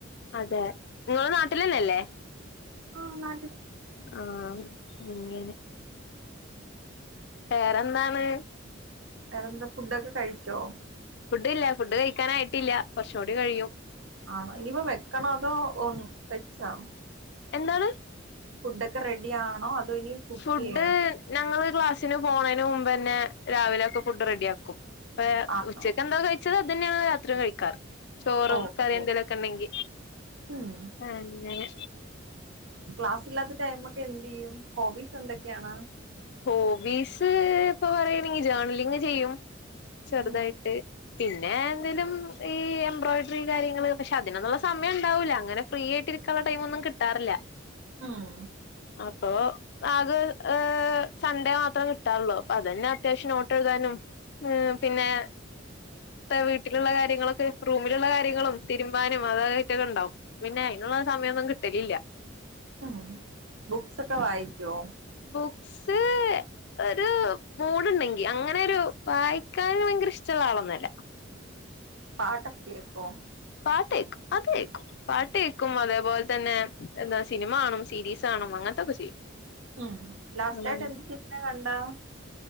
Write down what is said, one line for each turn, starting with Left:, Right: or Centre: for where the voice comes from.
Left: അതെ നിങ്ങൾ നാട്ടിലന്നെയല്ലേ
Right: ആ ന്ന
Left: ആ ഉം വേറെന്താണ്
Right: വേറെ ന്താ ഫുഡൊക്കെ കഴിച്ചോ
Left: ഫുഡ്ഡില്ല ഫുഡ് കഴിക്കാറായിട്ടില്ല കുറച്ചും കൂടി കഴിയും
Right: ആണോ ഇനിപ്പെ വെക്കണൊ അതോ ഒന്ന് വെച്ചോ
Left: എന്താണ്
Right: ഫുഡൊക്കെ റെഡി ആണോ അതോ ഇനി കുക്ക്
Left: ഫുഡ്
Right: ചെയ്യണോ
Left: ഞങ്ങൾ ക്ലാസ്സിന് പോണേന് മുമ്പ് തന്നെ രാവിലെയൊക്കെ ഫുഡ് റെഡിയാക്കും അപ്പ
Right: ആണോ
Left: ഉച്ചക്കെന്താ കഴീ <unintelligible> ചോറും
Right: ഓ
Left: കറിയും
Right: ഓ
Left: എന്തേലുമൊക്കെ ഉണ്ടെങ്കി
Right: ഉം
Left: അങ്ങനെ
Right: ക്ലാസില്ലാത്ത ടൈം ഒക്കെ എന്ത് ചെയ്യും ഹോബ്ബീസ് എന്തൊക്ക ആണ്
Left: ഹോബ്ബീസ് ഇപ്പ പറയുകയാണെങ്കി ജേർണലിങ് ചെയ്യും ചെറുതായിട്ട്
Right: ഉം
Left: പിന്നെ എന്തേലും ഈ എംബ്രോയിഡറി കാര്യങ്ങൾ പക്ഷേ അതിനൊന്നും ഉള്ള സമയം ഉണ്ടാവൂല്ല അങ്ങനെ ഫ്രീ ആയിട്ട് ഇരിക്കാൻ ടൈം കിട്ടാറില്ല
Right: ഉം
Left: അപ്പൊ <unintelligible> സൺഡേ മാത്രേ കിട്ടാറുള്ളൂ അപ്പൊ അത്യാവശ്യം നോട്ട് എഴുതാനും പിന്നെ വീട്ടിലുള്ള കാര്യങ്ങളും റൂമിലുള്ള കാര്യങ്ങളും തിരുമ്പാനും ഒക്കെ ഉണ്ടാകും പിന്നെ അതിനുള്ള സമയമെങ്ങും കിട്ടാറില്ല
Right: ഉം ബുക്സ് ഒക്കെ വായിക്കുവോ?
Left: ബുക്സ് ഒരു മൂഡ് ഉണ്ടെങ്കി അങ്ങനെ ഒരു വായിക്കാൻ ഭയങ്കര ഇഷ്ടമുള്ള ആളൊന്നും അല്ല.
Right: പാട്ടൊക്കെ കേൾക്കുമോ?
Left: പാട്ട് കേൾക്കും അത് കേൾക്കും പാട്ട് കേൾക്കും അതേപോലെ തന്നെ സിനിമ കാണും സീരീസ് കാണും അങ്ങനൊക്കെ ചെയ്യും.
Right: ഉം ലാസ്റ്റയിട്ട്
Left: ആഹ്
Right: ഏത് സിനിമയാ കണ്ടേ?